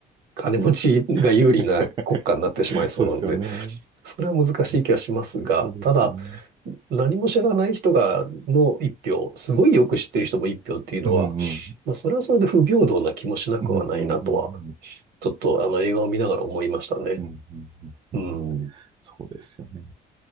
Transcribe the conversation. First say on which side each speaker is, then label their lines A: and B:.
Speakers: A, on the right; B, on the right.
A: 金持ちが有利な国家になってしまいそうなんで、
B: <laughs> そうですよね。
A: それは難しい気はしますが、
B: そうですよね。
A: ただ、何も知らない人がの一票、すごいよく知ってる人も一票っていうのは、
B: うんうん。
A: まあ、それはそれで不平等な気もしなくはないなとは、
B: うんうんうんうん。
A: ちょっとあの映画を見ながら思いましたね。
B: うんうんうんうん
A: うん。
B: そうですよね。